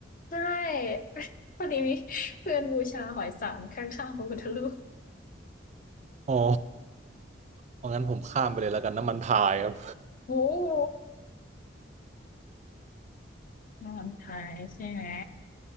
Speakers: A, on the left; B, on the right.
A: ใช่ <laughs> พอดีมีเพื่อนบูชาหอยสังข้างๆพระพุทธรูป
B: อ๋อเอางั้นผมข้ามไปเลยแล้วกันน้ำมันพายครับ
A: โอ้โหนอนทายใช่ไหม